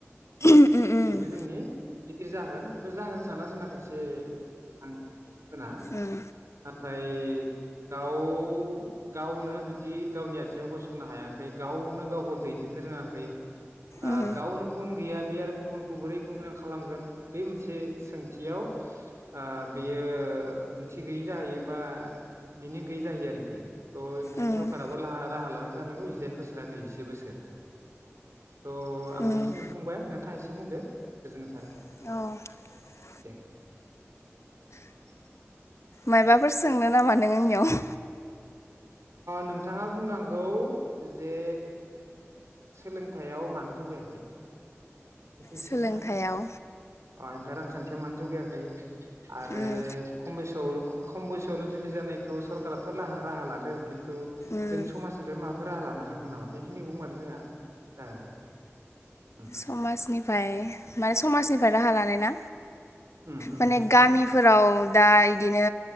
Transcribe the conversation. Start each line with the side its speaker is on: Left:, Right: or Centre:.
Left: उम उम
Right: बेबो जोंनि गिदिर जागोन खिन्थु जाहोन साना जोंना खायसे आं खोना
Left: उम
Right: नाथाय गाव गावनो जुदि गावनि आथिङाव गसंनो हायाखै गावनो गावखौ दैदेननो रोङाखै
Left: उम
Right: गावनो गुन गैया बे आरो गुबुन खौ बोरै गुन गोनां खालामगोन बै मोनसे सोंथियाव आ बेयो ओंथि गैयि जाहैयो बा मिनिं गैयै जाहैयो आरोखि थ' ओंखायनो
Left: उम
Right: सरखाराबो राहा लानानै जानांगौ जिदाइन बोसोर नैजि जि बोसोर थ' आं
Left: उम
Right: बेखिनिखौ बुंबाय नोंथाङा एसे बुंदो गोजोन्नाय थागोन।
Left: औ
Right: दे <unintelligible>
Left: मायबाफोर सोंनो नामा नों आंनियाव?
Right: नोंथाङा बुंनांगौ जे सोलोंथायाइयाव मानो जौगायाखै? बेखौ एसे
Left: सोलोंथायाव
Right: बुंना होदो अ ओमफ्राय आं खान्थियाव मानो जौगायाखै आरो
Left: उम
Right: खम बैसोआव खम बैसोआवनो जुलि जानायखौ सरकाराथ' राहा लादों। खिन्थु
Left: उम
Right: जों समाजनिफ्राय माबा माबाफोर लानो हागोन नामा बेखिनिखौ बुंबानो जोंहा जागोन दे उम।
Left: समाजनिफ्राय माने समाजनिफ्राय राहा लानाय ना?
Right: उम उम
Left: माने
Right: बेखौबो
Left: गामिफोराव दा इदिनो